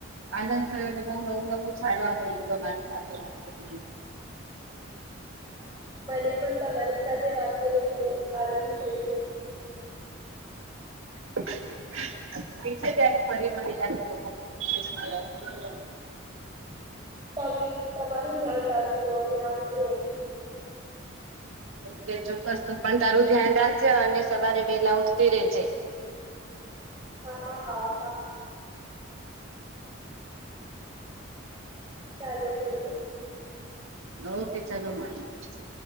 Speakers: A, on the right; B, on the right.
A: આનંદ. થું ને બહ નવું નવું જાડવા મળ્યું તોરી સાથે વાત કરીને.
B: મને પણ તમારી સાથે વાત કરીને બહ જ આનંદ થયો.
A: <inaudible> ઠીક છે ત્યારે ફરી મળી જ.
B: તમે તમારું ધ્યાન રાખજો અને આવજો.
A: ઓકે ચોક્કસ તો પણ તારું ધ્યાન રાખજે અને સવારે. વેલા ઉઠતી ર રહે છે
B: હા હા પા ચાલો મળીએ
A: ઓકે ચલો મળીએ. પછી.